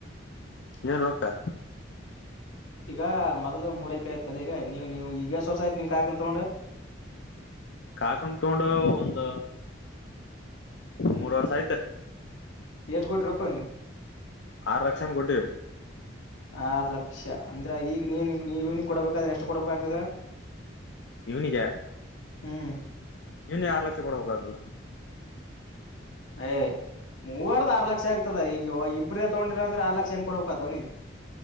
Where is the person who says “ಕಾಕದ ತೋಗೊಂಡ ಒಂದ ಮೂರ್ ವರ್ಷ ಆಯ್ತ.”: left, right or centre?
Left